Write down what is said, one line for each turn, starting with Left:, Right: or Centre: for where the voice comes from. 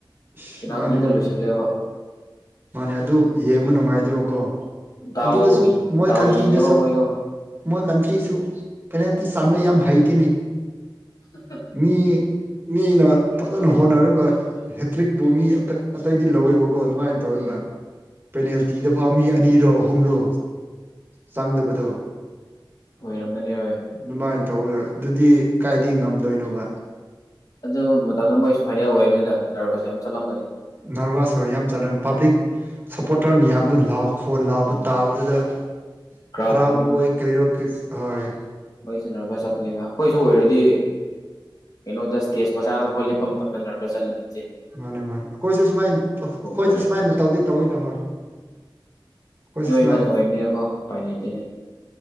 Right: ꯏꯁ
Left: ꯄꯦꯅꯥꯜꯇꯤꯗ
Right: ꯃꯥꯅꯦ ꯃꯥꯅꯦ
Left: ꯂꯣꯏꯁꯜꯂꯦꯕ꯫
Right: ꯃꯥꯅꯦ ꯑꯗꯨ ꯌꯦꯡꯕ ꯅꯨꯡꯉꯥꯏꯗꯦꯕꯀꯣ
Left: ꯗꯥꯎ
Right: ꯑꯗꯨꯗꯁꯨ ꯃꯣꯏ
Left: ꯗꯥꯎ
Right: ꯀꯟꯇ꯭ꯔꯤꯗꯁꯨ
Left: ꯌꯦꯡꯉꯦꯕ ꯃꯣꯏꯗꯣ
Right: ꯃꯣꯏ ꯀꯟꯇ꯭ꯔꯤꯁꯨ ꯄꯦꯅꯦꯜꯇꯤ ꯆꯟꯕ ꯌꯥꯝ ꯍꯩꯇꯦꯅꯦ꯫
Left: <unintelligible>
Right: ꯃꯤ ꯃꯤꯅ ꯐꯖꯅ ꯍꯣꯠꯅꯔꯒ ꯍꯦꯇ꯭ꯔꯤꯛꯄꯨ ꯃꯤ ꯑ ꯑꯇꯩꯗꯤ ꯂꯧꯔꯤꯕꯀꯣ ꯑꯗꯨꯃꯥꯏꯟ ꯇꯧꯔꯤꯕ
Left: ꯎꯝ
Right: ꯄꯦꯅꯦꯜꯇꯤꯗ ꯐꯥꯎ ꯃꯤ ꯑꯅꯤꯔꯣ ꯑꯍꯨꯝꯔꯣ ꯆꯪꯗꯕꯗꯣ꯫
Left: ꯑꯣꯏꯔꯝꯒꯅꯤ ꯍꯣꯏ꯫
Right: ꯑꯗꯨꯃꯥꯏꯅ ꯇꯧꯔꯒ ꯑꯗꯨꯗꯤ ꯀꯥꯏꯗꯒꯤ ꯉꯝꯗꯣꯏꯅꯣꯕ꯫
Left: ꯑꯗꯨ ꯃꯇꯝꯗ ꯃꯣꯏꯁꯨ ꯐꯥꯏꯅꯦꯜ ꯑꯣꯏꯕꯅꯤꯅ ꯅꯔꯕꯁ ꯌꯥꯝ ꯆꯠꯂꯝꯒꯅꯤ꯫
Right: ꯅꯔꯚꯁ ꯍꯣꯏ ꯌꯥꯝ ꯆꯥꯂꯝ ꯄꯥꯕ꯭ꯂꯤꯛ ꯁꯞꯄꯣꯔꯇꯔ ꯃꯌꯥꯝꯗꯨ ꯂꯥꯎ ꯈꯣꯟ ꯂꯥꯎꯕ
Left: ꯎꯝ
Right: ꯇꯥꯕꯗꯨꯗ
Left: ꯀ꯭ꯔꯥꯎꯠ
Right: ꯍꯔꯥꯎꯕꯣꯏ ꯀ꯭ꯔꯤꯔꯣ ꯀꯩ ꯍꯣꯏ꯫
Left: ꯃꯩꯁꯨ ꯅꯔꯚꯁ ꯆꯠꯄꯅꯤꯅ ꯑꯈꯣꯏꯖꯨ ꯑꯣꯏꯔꯗꯤ ꯀꯩꯅꯣꯗ ꯁ꯭ꯇꯦꯖ ꯃꯆꯥꯗꯐꯥꯎ ꯂꯦꯞꯄ ꯃꯇꯝꯗ ꯅꯔꯚꯁ ꯆꯠꯂꯤꯗꯨꯗꯤ꯫
Right: ꯃꯥꯅꯦ ꯃꯥꯟ ꯑꯈꯣꯏꯖꯨ ꯁꯨꯃꯥꯏꯅ ꯑꯈ ꯑꯈꯣꯏꯖꯨ
Left: ꯍꯣꯏ
Right: ꯁꯨꯃꯥꯏꯅ ꯇꯧꯗꯤ ꯇꯧꯋꯤꯗ ꯍꯣꯏ꯫ ꯑꯩꯈꯣꯏꯁꯨ
Left: ꯃꯤꯑꯣꯏꯕꯅ
Right: ꯁꯨꯃꯥꯏꯅ
Left: ꯑꯣꯏꯕꯅꯤꯅꯀꯣ ꯎꯄꯥꯏ ꯂꯩꯇꯦꯅꯦ꯫